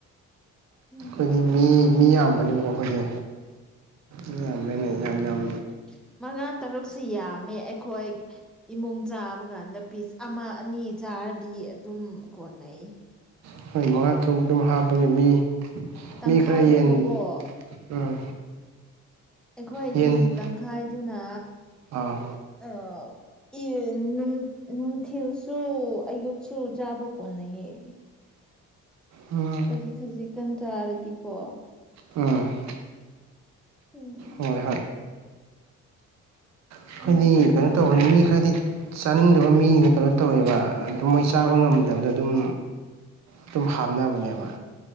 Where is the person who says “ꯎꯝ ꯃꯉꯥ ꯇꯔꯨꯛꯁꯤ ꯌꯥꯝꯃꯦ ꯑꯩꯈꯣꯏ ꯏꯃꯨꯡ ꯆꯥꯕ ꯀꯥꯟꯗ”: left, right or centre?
Centre